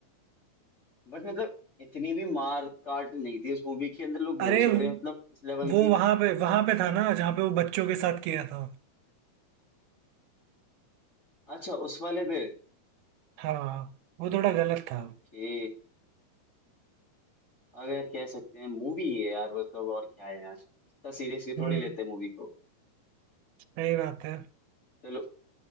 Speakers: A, on the left (about 20°); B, on the right (about 80°).
A: बट मतलब इतनी भी मार काट नहीं थी उस मूवी के अंदर लोग बेहोश
B: अरे
A: हो रहे हैं मतलब इस लेवल
B: वो
A: की
B: वहां पे वहां पे था ना जहाँ पे वो बच्चों के साथ किया था
A: अच्छा उस वाले पे
B: हाँ वो थोड़ा गलत था
A: ओके अगर कह सकते हैं मूवी है यार मतलब और क्या है यार इतना सीरियसली
B: हम्म
A: थोड़ी लेते हैं मूवी को
B: सही बात है
A: चलो